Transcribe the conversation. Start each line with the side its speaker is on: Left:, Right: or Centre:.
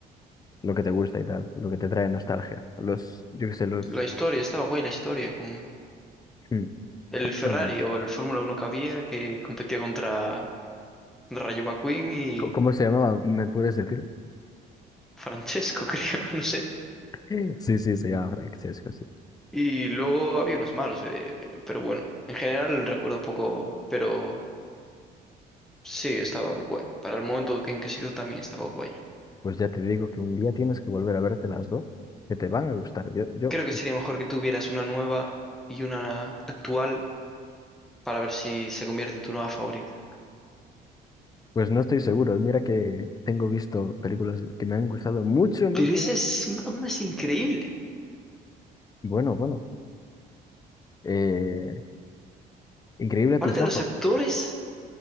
Left: lo que te gusta y tal, lo que te trae nostalgia. Los, yo qué sé, los...
Centre: La historia, estaba guay la historia, con
Left: hmm,
Centre: el
Left: ¿cuáles
Centre: Ferrari
Left: son?
Centre: o el Fórmula Uno que había que competía contra Rayo McQueen y
Left: Co- ¿Cómo se llamaba? ¿Me puedes decir? <gasps>
Centre: Francesco, <laughs> creo, no sé.
Left: <laughs> Sí, sí, se llama Francesco, sí.
Centre: Y luego había unos malos, eh, pero bueno, en general recuerdo poco, pero sí, estaba guay. Para el momento en que se hizo también estaba guay.
Left: Pues ya te digo que un día tienes que volver a verte las dos, que te van a gustar. Yo, yo,
Centre: Creo que sería mejor que tuvieras una nueva y una actual para ver si se convierte en tu nueva favorita.
Left: pues no estoy seguro. Mira que tengo visto películas que me han gustado mucho, mucho,
Centre: Pero esa
Left: mucho.
Centre: es m- aún es increíble.
Left: Bueno, bueno. Eh, increíble
Centre: Aparte
Left: tus ojos.
Centre: los actores,